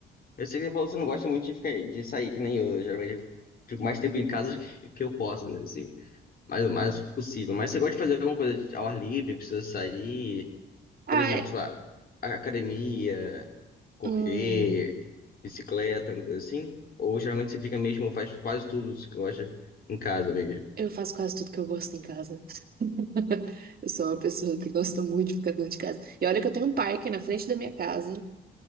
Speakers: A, on the left; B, on the right.
A: Eu sei que você não gosta muito de, ficar, de sair, que nem eu. Eu geralmente fico mais tempo em casa <laughs> que, que eu posso, né? Assim, mais o mais possível. Mas você gosta de fazer alguma coisa ao ar livre, precisa sair.
B: Ah,
A: Por exemplo,
B: é-
A: sei lá, a- academia, correr,
B: hum,
A: bicicleta, uma coisa assim? Ou geralmente você fica mesmo, faz quase tudo que você gosta em casa mesmo?
B: eu faço quase tudo que eu gosto em casa. <laughs> Eu sou uma pessoa que gosta muito de ficar dentro de casa. E olha que eu tenho um parque na frente da minha casa.